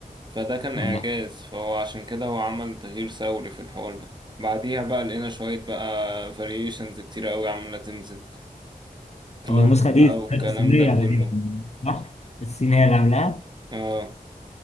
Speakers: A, on the right; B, on the left.
A: فده كان
B: الله.
A: إعجاز فهو عشان كده هو عمل تغيير ثوري في الحوار ده بعديها بقى لقينا شوية بقى فاريشنز كتيرة قوي عمالة تنزل كلوب
B: هو النسخة دي
A: بقى والكلام
B: الصينية
A: ده كله
B: غالبا صح؟ الصين هي اللي عاملاها
A: اه